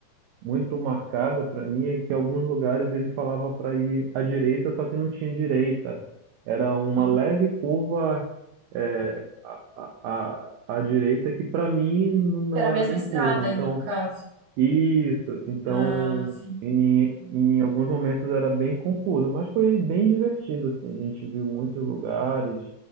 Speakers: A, on the right; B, on the right.
A: muito marcada para mim é que em alguns lugares ele falava para ir à direita, só que não tinha direita. Era uma
B: Não
A: leve curva é, a, a, a a direita, que para mim não
B: era a mesma
A: era nem
B: estrada
A: curva. Então,
B: ainda no caso.
A: isso. Então,
B: Ah, sim.
A: em, em alguns momentos era bem confuso, mas foi bem divertido, assim. A gente viu muitos lugares,